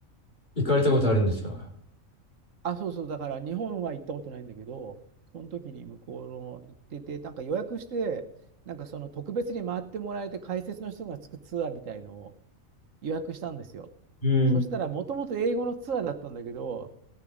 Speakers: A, on the left (about 35°); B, on the right (about 70°).
A: 行かれたことあるんですか
B: あ、そうそう、だから日本は行ったことないんだけど、その時に向こうの行ってて、なんか予約して、なんかその特別に回ってもらえて解説の人がつくツアーみたいのを予約したんですよ。
A: うん。
B: そしたら、もともと英語のツアーだったんだけど、